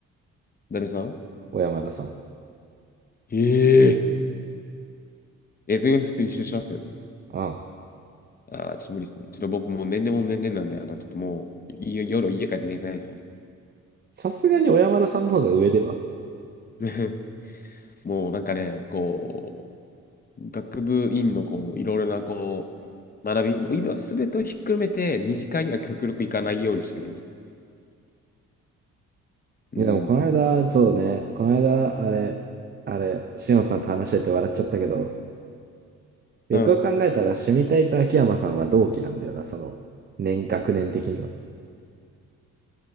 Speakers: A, on the left (about 30°); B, on the right (about 35°).
A: <laughs> 誰さん
B: 小山田さん。
A: えええ、それが普通に出社っすよね。
B: ああ、
A: ああ、ちょっと無理ですね。ちょっと僕もう年齢も年齢なんで、あの、ちょっともう、い夜家帰って寝たいんですよね。
B: さすがに小山田さんの方が上では。
A: <laughs> もうなんかね、こう、学部院のこう、いろいろなこう、学び、もう今すべてをひっくるめて、二次会には極力行かないようにしてるんですよ。うん。
B: いや、でもこの間、そうね、この間、あれ、あれ、しおんさんと話してて笑っちゃったけど、よくよく考えたら、
A: うん。
B: シミタイと秋山さんは同期なんだよな、その、年、学年的には。